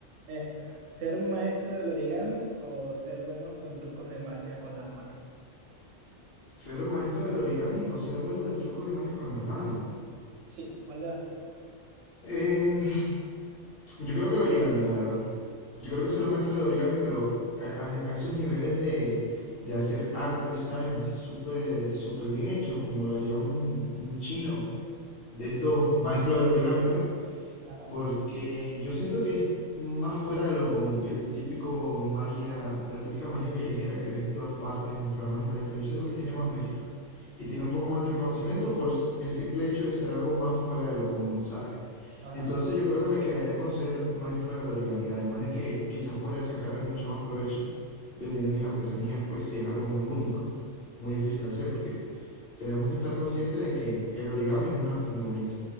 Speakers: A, on the right; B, on the left.
A: Esta. ¿Ser un maestro del origami o ser bueno con trucos de magia con las manos?
B: ¿Ser un maestro del origami o ser bueno de trucos de magia con las manos?
A: Sí, ¿cuál de las dos?
B: Em, yo creo que el origami, la verdad. Yo creo que ser un maestro de origami, pero a, a- a esos niveles de, de hacer arte, ¿sabes? Así súper, súper bien hecho, como lo haría un, un chino de estos maestros del origami, pues.
A: Ajá.
B: Porque yo siento que es más fuera de lo común que el típico magia, la típica magia callejera que ves en todas partes en los programas de talento. Yo siento que tiene más mérito y tiene
A: Mm,
B: un poco más de reconocimiento por s- el simple hecho de ser algo más fuera de lo común, ¿sabes?
A: Ajá.
B: Entonces yo creo que me quedaría con ser maestro del origami, además de que quizás podría sacarle mucho más provecho vendiendo mis artesanías, pues si es algo muy único, muy difícil de hacer, porque tenemos que estar conscientes de que el origami es un arte muy bonito